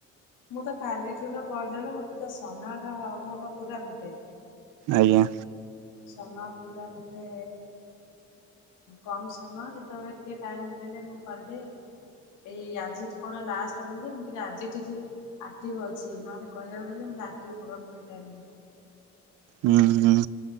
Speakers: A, on the left; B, on the right.
A: ମୁଁ ତ କାଲି ଯୁନ ପର ଦିନ ଠୁ, ମତେ ତ ସମୟର ଅଭାବ ପୁରା ମତେ।
B: ଆଜ୍ଞା।
A: ସମୟ ପୁରା ମୋତେ କମ ସମୟ। ଯେତେବେଳେ ଟିକେ ଟାଇମ୍ ମିଳିଲେ ମୁଁ କରିଦିଏ। ଏଇ ଆଜି କଣ ଲାଷ୍ଟ ବୋଲି ମୁ ଟିକେ ଆଜି ଟିକେ ଆକ୍ଟିଭ ଅଛି। ନହେଲେ କହିବାକୁ ଗଲେ ମୋତେ ଆକ୍ଟିଭ୍ ହେବାକୁ ବି ଟାଇମ୍ ନାହିଁ।
B: ହୁଁ ହୁଁ।